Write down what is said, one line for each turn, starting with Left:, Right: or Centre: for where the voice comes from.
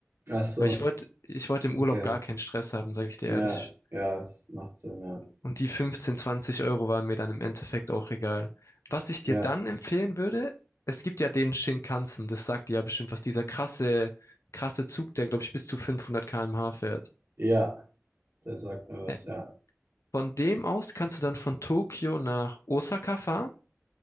Right: Ach so,
Left: Weil ich wollte, ich wollte im
Right: okay.
Left: Urlaub gar keinen Stress haben, sage ich dir
Right: Ja,
Left: ehrlich.
Right: ja, es macht Sinn, ja.
Left: Und die 15, 20 Euro waren mir dann im Endeffekt auch egal. Was ich dir
Right: Ja,
Left: dann empfehlen würde, es gibt ja den Shinkansen, das sagt dir ja bestimmt was, dieser krasse, krasse Zug, der, glaube ich, bis zu 500 km/h fährt.
Right: ja, der sagt mir was,
Left: Äh,
Right: ja.
Left: Von dem aus kannst du dann von Tokio nach Osaka fahren.